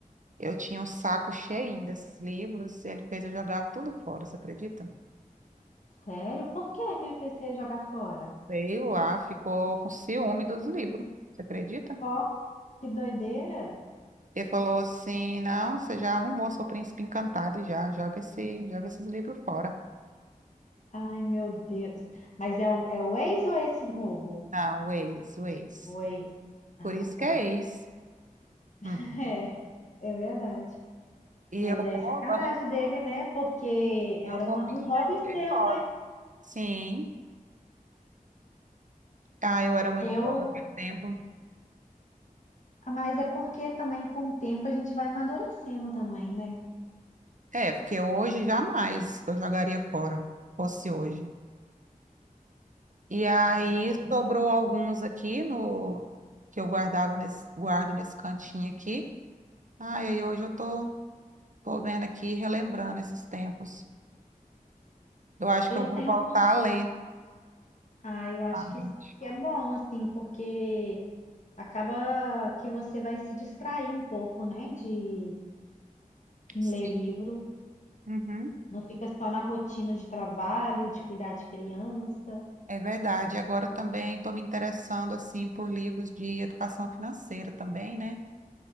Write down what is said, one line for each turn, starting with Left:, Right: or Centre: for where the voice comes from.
Right: eu tinha um saco cheinho desses livros e ele fez eu jogar tudo fora, você acredita?
Left: sério? Por que que ele fez você jogar fora?
Right: Veio lá, ficou com ciúme dos livros, você acredita?
Left: Ó, que doideira.
Right: Ele falou assim: não, você já arrumou seu príncipe encantado já, joga esse, joga esses livros fora.
Left: Ai, meu Deus. Mas é o, é o ex ou esse novo?
Right: Não, o ex, o ex.
Left: O ex. Ah,
Right: Por isso que
Left: tá.
Right: é ex.
Left: <laughs>
Right: Uhum.
Left: É, é verdade.
Right: E
Left: Mas
Right: eu
Left: é
Right: boba,
Left: sacanagem
Right: né?
Left: dele, né? Porque era
Right: Eu bobinha,
Left: uma- um hobby
Right: joguei
Left: seu,
Right: fora.
Left: né?
Right: Sim. Ah, eu era muito
Left: Eu,
Right: boba naquele tempo.
Left: ah, mas é porque também com o tempo a gente vai amadurecendo também, né?
Right: É, porque hoje jamais eu jogaria fora, fosse hoje. E aí
Left: É.
Right: sobrou alguns aqui no que eu guardava nesse, guardo nesse cantinho aqui. Ah, e aí hoje eu tô, tô vendo aqui, relembrando esses tempos. Eu acho
Left: Eu
Right: que eu vou
Left: tenho,
Right: voltar
Left: von-
Right: a ler
Left: ah, eu acho
Right: novamente.
Left: que isso é bom, assim, porque acaba que você vai se distrair um pouco, né? De em
Right: Sim.
Left: ler livro,
Right: Uhum,
Left: não fica só na rotina de trabalho, de cuidar de criança.
Right: é verdade. Agora também estou me interessando assim por livros de educação financeira também, né?